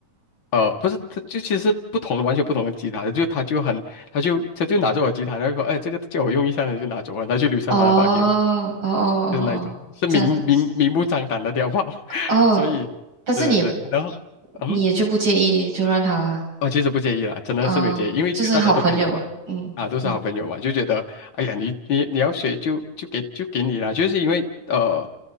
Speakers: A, on the left; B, on the right.
A: 呃，不是，他就其实不同的，完全不同的吉他，就他就很，他就他就拿着我吉他，然后说，哎，这个借我用一下他就拿走了，他就留下他那把给我。
B: 哦哦哦哦哦，
A: 就是那一种，是明明明目张胆的碉堡，
B: 这样的意思。
A: <laughs>
B: 哦，
A: 所以，
B: 但是你也
A: 对对对，然后，嗯，
B: 你也就不介意，就让他
A: 我其实不介意啦，真的是没有介意，
B: 啊、哦就是好朋友。
A: 因为就大家都朋友嘛，
B: 嗯嗯，
A: 啊，都是好朋友嘛，就觉得，哎呀，你你你要学就就给就给你啦，就是因为呃